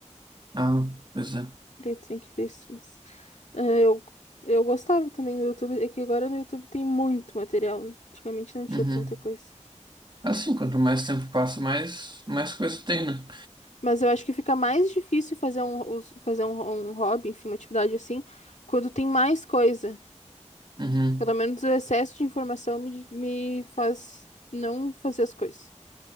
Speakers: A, on the right (about 40°); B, on the left (about 75°).
A: Ah, pois é.
B: Daí tu Tem que ver isso, mas... É, Eu, eu gostava também do YouTube, é que agora no YouTube tem muito material, né? Antigamente não tinha
A: Uhum.
B: tanta coisa.
A: Assim, quanto mais tempo passa, mais, mais coisa tem, né?
B: Mas eu acho que fica mais difícil fazer um, os- fazer um, um hobby, enfim, uma atividade assim, quando tem mais coisa.
A: Uhum.
B: Pelo menos o excesso de informação me, me faz não fazer as coisas.